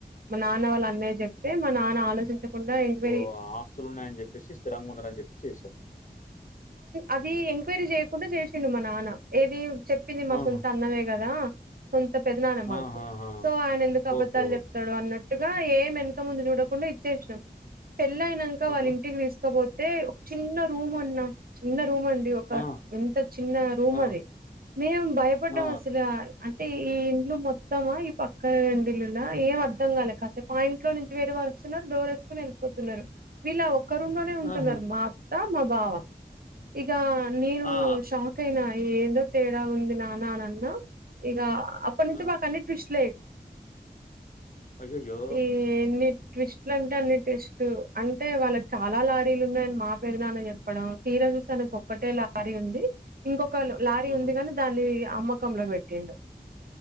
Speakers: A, on the right; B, on the left.
A: మా నాన్న వాళ్ళ అన్నయ్య చెప్ప తే మా నాన్న ఆలోచించకుండా ఎంక్వైరీ
B: ఓ ఆస్తులు ఉన్నాయని చెప్పేసి స్థిరంగా ఉన్నారని చెప్పేసి చేశారు
A: అది ఎంక్వైరీ చేయకుండా చేసిండు మా నాన్న ఏది చెప్పింది మా
B: ఆహా!
A: సొంత అన్ననే కదా సొంత పెదనాన్న మాకు
B: ఆహాహా!
A: సో ఆయన ఎందుకు అబద్ధాలు
B: ఓకే. ఓకే.
A: చెప్తాడు అన్నట్టు గా ఏం వెనక ముందు చూడకుండా ఇచ్చేసినాం పెళ్ళయినాక
B: ఆహా!
A: వాళ్ళ ఇంటికి తీసుకపో తే ఒక చిన్న రూమ్ అన్న చిన్న రూమ్ అండి ఒక
B: ఆ!
A: ఎంత చిన్న రూమ్
B: ఆ!
A: అది మేం భయపడ్డం
B: ఆ!
A: అసలు టి ఈ ఇండ్లు మొత్తమా ఈ పక్క రెండు ఇల్లులా ఏం అర్థం కాలే కాసేపు ఆ ఇంట్లో నుంచి వేరే వాళ్ళు వస్తున్నారు డోర్ సుకొని వెళ్ళిపోతున్నారు వీలా ఒక ఒక్క రుంలోనే ఉంటున్నారు
B: ఆహా!
A: మా అత్త మా బావ ఇక నేను
B: ఆ!
A: షాక్ అయిన ఏందో తేడా ఉంది నాన్న అని అన్న, ఇగా అప్పటి
B: ఆ!
A: నుంచి మాకు అన్ని ట్విస్ట్
B: అయ్యయ్యో!
A: ఏం లేద్ ట్విస్ట్లు అంటే అన్ని ట్విస్ట్, అంటే వాళ్ళకి చాలా లారీలు ఉన్నాయని మా పేరునా అని చెప్పడం. తీరా చూస్తే ఆయనికి ఒక్కటే లారీ ఉంది, ఇంకొక లారీ
B: ఆహా!
A: ఉంది గని దాన్ని ఇగ అమ్మకంలో పెట్టిండు.